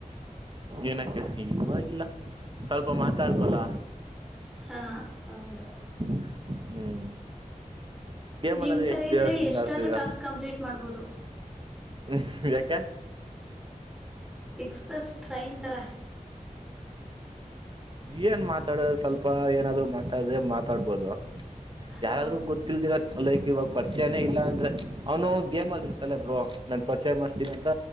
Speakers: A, on the right; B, in the centre.
A: ಏನಕ್ಕ ಈಗವಾಗಿಲ್ಲ ಸ್ವಲ್ಪ ಮಾತಾಡ್ತಲ್ಲ
B: ಹಾ ಹೌದು
A: ಹ್ಮ್ ಗೇಮ್ಲ್ಲ
B: ನಿಮ್
A: ಅಂದ್ರೆ
B: ತರ
A: ಎಷ್ಟ್
B: ಇದ್ರೆ
A: ದೇವಸದಿಂದ
B: ಎಷ್ಟಾದ್ರೂ
A: ಆಡ್ತದ
B: ಟಾಸ್ಕ್ ಕಂಪ್ಲೀಟ್ ಮಾಡ್ಬೋದು
A: ಹ್ಮ ಯಕ್ಕ
B: ಎಕ್ಸ್ಪ್ರೆಸ್ ಟ್ರೈನ್ ತರ
A: ಏನ್ ಮಾತಾಡದು ಸ್ವಲ್ಪ ಏನಾದ್ರು ಮಾತಾಡ್ರೆ ಮಾತಾಡ್ಬೋದು
B: ಹೌದು
A: ಯಾರಾದ್ರೂ ಗೊತ್ತಿಲ್ದಿರ ಲೈಕ್ ಇವಾಗ ಪರಿಚಯನೇ ಇಲ್ಲ ಅಂದ್ರೆ ಅವನು ಗೇಮ್ ಅಲ್ಲಿರ್ತಲ್ಲೆ ಇಬ್ ನಾನು ಪರಿಚಯ ಮಾಡ್ತೀನಿ ಅಂತ